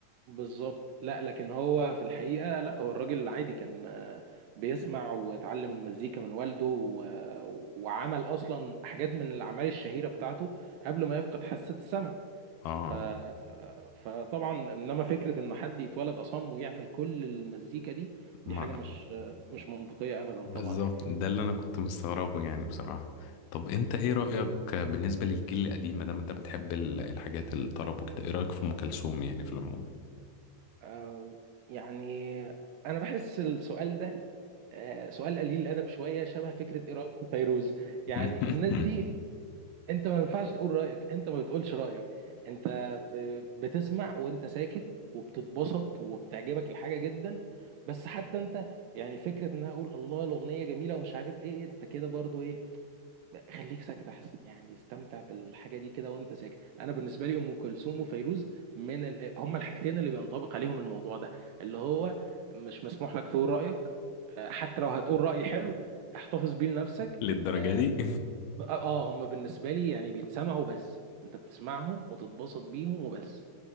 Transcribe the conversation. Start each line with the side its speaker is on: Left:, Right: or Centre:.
Right: بالظبط لا لكن هو في الحقيقة لا هو الراجل العادي كان آه، بيسمع وتعلم المزيكا من والده و- وعمل أصلا حاجات من الأعمال الشهيرة بتاعته قبل ما يفقد حاسة السمع
Left: اه
Right: ف... فطبعا إنما فكرة إن حد يتولد أصم ويعمل كل المزيكا دي
Left: ما
Right: دي حاجة مش آه، مش منطقية أبدا
Left: بالظبط
Right: طبعا يعني
Left: ده اللي انا كنت مستغربه يعني بصراحة طب انت ايه رأيك بالنسبة للجيل القديم ما دام انت بتحب ال- الحاجات الطرب وكده ايه رأيك في ام كلثوم يعني في العموم
Right: آه، يعني أنا بحس السؤال ده آه، سؤال قليل الأدب شوية شبه فكرة إيه رأيك في فيروز يعني
Left: <laughs>
Right: الناس دي انت ما ينفعش تقول رايك انت ما بتقولش رايك انت ب- بتسمع وانت ساكت وبتتبسط وبتعجبك الحاجه جدا بس حتى انت يعني فكره ان انا اقول الله الاغنيه جميله ومش عارف ايه انت كده برضو ايه خليك ساكت احسن يعني استمتع بالحاجه دي كده وانت ساكت انا بالنسبه لي ام كلثوم وفيروز من ال... هما الحاجتين اللي بينطبق عليهم الموضوع ده اللي هو مش مسموح لك تقول رايك اه، حتى لو هتقول راي حلو احتفظ بيه لنفسك
Left: للدرجة
Right: آه،
Left: دي
Right: ب- اه آه، هم بالنسبه لي يعني بيتسمعوا بس انت بتسمعهم وتتبسط بيهم وبس